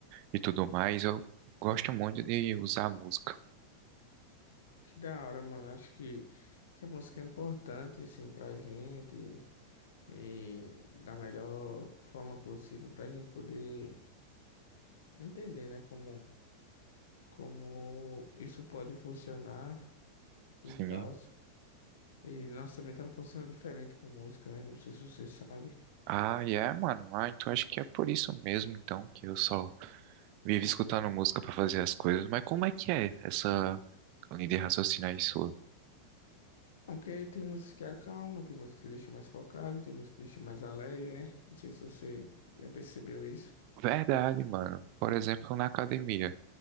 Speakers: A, on the right; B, on the left.
A: e tudo mais. Eu gosto muito de usar a música.
B: Que da hora, mano. Acho que, que a música é importante, assim, pra gente. e da melhor forma possível para a gente poder entender, né, como, como isso pode funcionar e
A: Sim.
B: tal. E nossa mente ela funciona diferente com música, né? Não sei se você sabe.
A: Ah, e é, mano. Ah, então acho que é por isso mesmo, então, que eu só vivo escutando música pra fazer as coisas. Mas como é que é essa linha de raciocínio aí sua?
B: Não, Porque tem músicas que acalma, tem músicas que deixa mais focado, tem músicas que deixa mais alegre, né? Não sei se você já percebeu isso.
A: Verdade, mano. Por exemplo, na academia,